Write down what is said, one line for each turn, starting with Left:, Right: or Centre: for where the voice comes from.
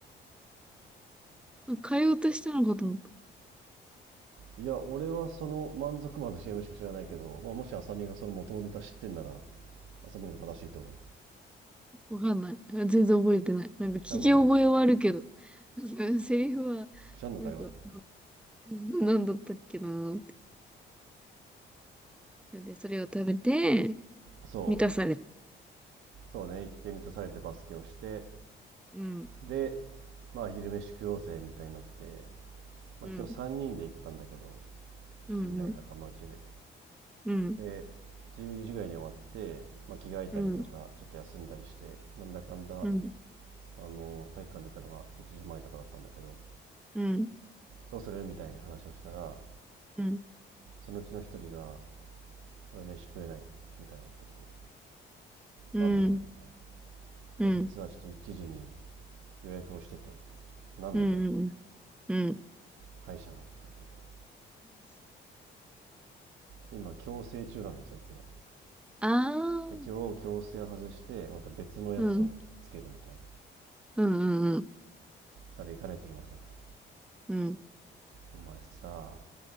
Centre: 会話としてなのかと思った。
Right: いや、俺はその満足版の CM しか知らないけど、まあ、もし浅見がその元のネタ知ってんなら、浅見のも正しいと思う。
Centre: わかんない。全然覚えてない。なんか聞き覚えはあるけど、
Right: 知らんのかい
Centre: セリフはなんか
Right: 知らんのかいおい。
Centre: なんだったっけなって。でそれを食べて
Right: そう、
Centre: 満たされ。
Right: そうね、行ってみたされてバスケをして、
Centre: うん
Right: で、まあ、昼飯食おうぜみたいになって、
Centre: うん
Right: まあ、今日3人で行ったんだけど
Centre: うん
Right: 知り合い仲間内で
Centre: うん
Right: で12時ぐらいに終わって、まあ、着替えたりとかちょっと休んだりしてなんだかんだ
Centre: うんうんうん
Right: あの体育館出たのが1時前とかだったんだけど
Centre: うん
Right: どうするみたいな話をしたら
Centre: うん
Right: そのうちの一人が「俺飯食えない」みたいな言ってきて
Centre: うん
Right: 「なんでだよ」みたい
Centre: うんうん
Right: な「いや実はちょっと1時に予約をしてて」って「何のだよ」
Centre: うんうん。うん。
Right: 歯医者の」って言ってて今矯正中なのよそいつが。
Centre: ああ。
Right: で今日強制を外してまた別のやつをつけるみたいな
Centre: うんうんうん
Right: あれ行かないといけませんみたいな
Centre: うん
Right: お前さ